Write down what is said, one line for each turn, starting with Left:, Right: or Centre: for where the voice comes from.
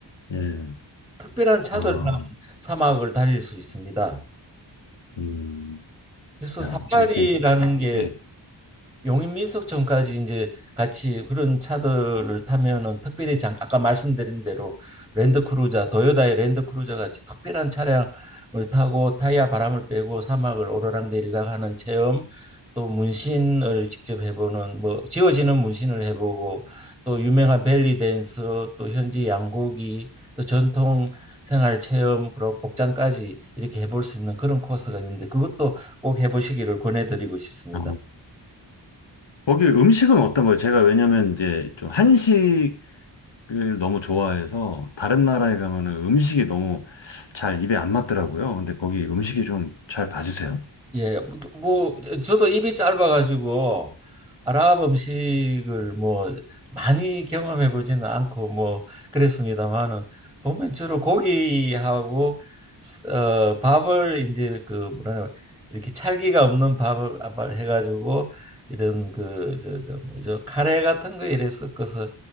Left: 예,
Centre: 특별한 차들만
Left: 어,
Centre: 사막을 달릴 수 있습니다.
Left: 음,
Centre: 그래서
Left: 야,
Centre: 사파리라는
Left: 그렇게,
Centre: 게
Left: 예.
Centre: 용인민속 전까지 이제 같이 그런 차들을 타면은 특별히 장, 아까 말씀드린 대로 랜드크루저, 도요다의 랜드크루저 같이 특별한 차량을 타고 타이어 바람을 빼고 사막을 오르락 내리락 하는 체험, 또 문신을 직접 해보는 뭐 지워지는 문신을 해보고 또 유명한 벨리 댄서, 또 현지 양고기, 또 전통 생활 체험, 그리고 복장까지 이렇게 해볼 수 있는 그런 코스가 있는데 그것도 꼭 해보시기를 권해드리고 싶습니다.
Left: 아, 거기 음식은 어떤 거예요? 제가 왜냐면 이제 좀 한식 를 너무 좋아해서 다른 나라에 가면은 음식이 너무 잘 입에 안 맞더라고요. 근데 거기 음식이 좀 잘 봐주세요.
Centre: 예, 뭐 뭐, 저도 입이 짧아가지고 아랍 음식을 뭐 많이 경험해 보지는 않고 뭐 그랬습니다만은 보면 주로 고기하고 어 밥을 이제 그 뭐라 이렇게 찰기가 없는 밥을 밥을 해가지고 이런 그 저 저 뭐죠 카레 같은 거 이래 섞어서